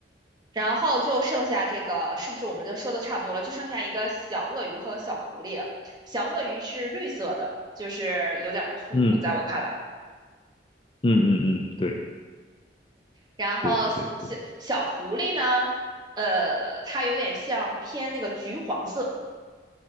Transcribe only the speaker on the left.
嗯
嗯嗯嗯，对。
对对对，